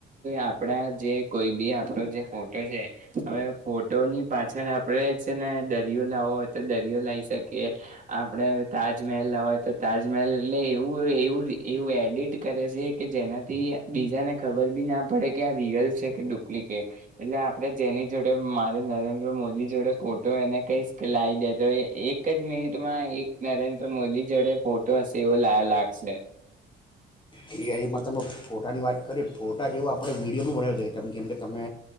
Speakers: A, on the right; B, on the left.
A: આપડા જે કોઈ બી આપણો જે ફોટો છે હવે ફોટ તોની પાછળ આપડે છે ને દરિયો લાવો હોય તો દરિયો લાવ શકીએ આપડે તાજમહેલ લાવોય તો તાજમહેલ એટલે એવું એવું એવું એડિટ કરે છે કે જેનાથી બીજાને ખબર બી ના પડે કે આ રિયલ છે કે ડુપ્લિકેટ એટલે આપણે જેની જો મારે નરેન્દ્ર મોદી જોડે ફોટો એને કહીશ કે લાવી દે તો એક જ મિનિટમાં એક નરેન્દ્ર મોદી જોડે ફોટો હશે એવો લ લાગશે
B: એ એમાં તમે ફોટાની વાત કરી ફોટા જેવો આપણે વિડીયો બી બનાવી શકીએ તેમ કેમ કે તમે